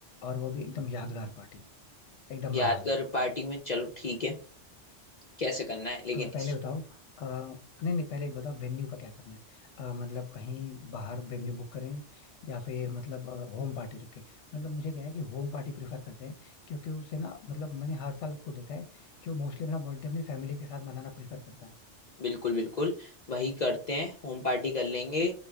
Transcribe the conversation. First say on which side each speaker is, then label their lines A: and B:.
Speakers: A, on the left (about 70°); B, on the left (about 50°).
A: और वो भी एकदम यादगार पार्टी एकदम
B: यादगार
A: मजा आ जाए
B: पार्टी में चलो ठीक है कैसे करना है लेकिन
A: तो पहले
B: इस,
A: बताओ आ, नहीं नहीं पहले एक बताओ वेन्यू का क्या करना है अ, मतलब कहीं बाहर वेन्यू बुक करें या फिर मतलब होम पार्टी रखें मतलब मुझे क्या है कि होम पार्टी प्रेफर करते हैं क्योंकि उसे ना मतलब मैंने हर साल उसको देखा है कि वो मोस्टली अपना बर्थडे अपनी फैमिली के साथ मनाना प्रेफर करता है
B: बिल्कुल बिल्कुल वही करते हैं होम पार्टी कर लेंगे